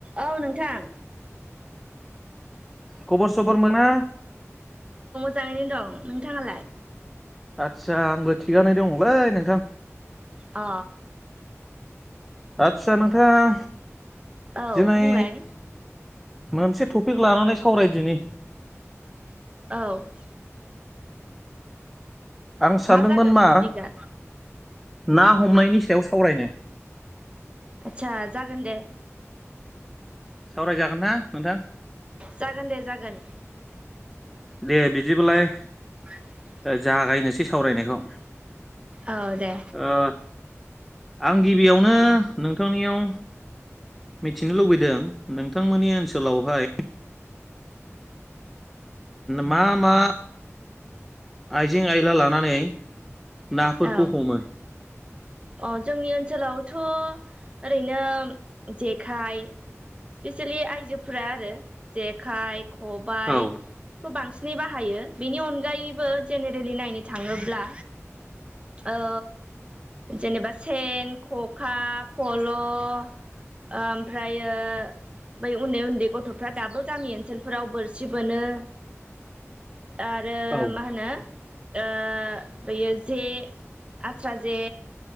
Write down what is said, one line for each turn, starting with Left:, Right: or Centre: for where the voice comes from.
Right: औ नोंथां।
Centre: खबर सबर मोना?
Right: जाङैनो दं। नोंथाङालाय?
Centre: आदसा आंबो थिगानो दंलै नोंथां।
Right: अ
Centre: आतसा नोंथां
Right: औ
Centre: दिनै
Right: बुंलाय?
Centre: मोनसे टपिक लानानै सावरायदिनि
Right: औ
Centre: आं सानदोंमोन
Right: जागोन
Centre: मा
Right: टपिकआ
Centre: ना हमनायनि सायाव सावरायनो।
Right: आदसा जागोन दे।
Centre: सावरायजागोनना नोंथां?
Right: जागोन दे जागोन।
Centre: दे बिदिबालाय
Right: <unintelligible>
Centre: जागायनोसै सावरायनायखौ।
Right: औ दे।
Centre: ओ आं गिबियावनो नोंथांनियाव मिथिनो लुबैदों नोंथांमोननि ओनसोलावहाय मा मा आइजें आयला लानानै नाफोरखौ
Right: औ
Centre: हमो?
Right: अ जोंनि ओनसोलाव थ' ओरैनो जेखाइ, स्पेसियेलि आइजोफोरा आरो जेखाइ, खबाइ
Centre: औ
Right: खौ बांसिन नै बाहायो बिनि अनगायैबो जेनेरेलि नायनो थाङोब्ला ओ जेनेबा सेन खखा फल' ओमफ्रायो बै उन्दै उन्दै गथ'फ्रा दाबो गामि ओनसोलफोराव बोरसि बोनो आरो
Centre: औ
Right: मा होनो ओ बैयो जे आस्रा जे